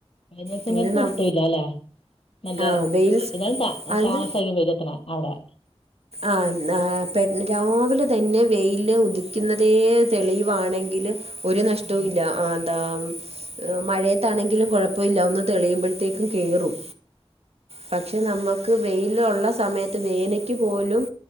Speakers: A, on the left; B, on the right.
A: വേനൽ സമയത്ത്
B: പിന്നെ നം
A: നഷ്‌ട ഇല്ലാ ല്ലെ. നല്ല
B: ആഹ് വെയിൽ
A: എന്നാലും ത <unintelligible>
B: അത്
A: അവ്ടെ
B: ആഹ് ന്നാ പെ രാവിലെ തന്നെ വെയില് ഉദിക്കുന്നതേ തെളിവാണെങ്കില് ഒരു നഷ്ടവും
A: ഉം,
B: ഇല്ല ആ ന്താ എഹ് മഴയത്താണെങ്കിലും കുഴപ്പ ഇല്ല ഒന്ന് തെളിയുമ്പഴ്ത്തേക്കും കേറും. പക്ഷെ നമ്മക്ക് വെയില് ഉള്ള സമയത്ത് വേന ക്ക് പോലും